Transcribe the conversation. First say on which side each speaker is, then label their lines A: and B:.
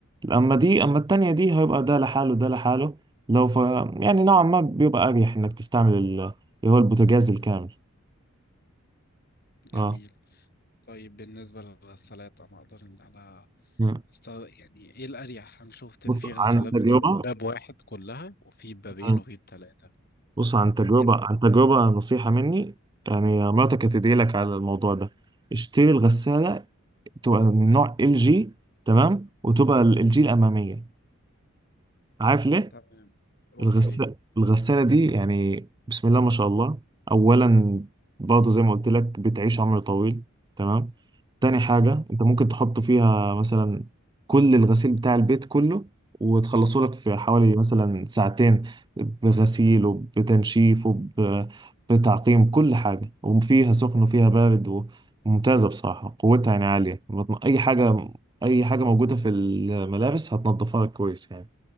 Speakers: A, on the right; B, on the left.
A: اما دي اما التانية دي هيبقى ده لحاله ده لحاله لو ف يعني نوعا ما بيبقى اريح انك تستعمل ال- اللي هو البوتاجاز الكامل
B: جميل
A: اه
B: طيب بالنسبة للغسالات أنا أقدر إن أنا
A: مم.
B: أست- يعني إيه الأريح؟ أنا شفت إن
A: بص
B: في غسالات
A: عن تجربة
B: بتبقى باب واحد كلها وفي بابين
A: آه.
B: وفي بتلاتة
A: بص عن تجربة
B: إيه لا
A: عن تجربة نصيحة مني يعني مراتك هتدعي لك على الموضوع ده اشتري الغسالة تبقى من نوع ال جي تمام وتبقى ال جي الأمامية عارف ليه؟
B: تمام قول
A: الغسالة
B: لي ليه
A: الغسالة دي يعني بسم الله ما شاء الله أولا برضه زي ما قلت لك بتعيش عمر طويل تمام تاني حاجة أنت ممكن تحط فيها مثلا كل الغسيل بتاع البيت كله وتخلصه لك في حوالي مثلا ساعتين بغسيل وبتنشيف وبتعقيم كل حاجة وفيها سخن وفيها بارد وممتازة بصراحة قوتها يعني عالية بتن- أي حاجة أي حاجة موجودة في الملابس هتنضفها لك كويس يعني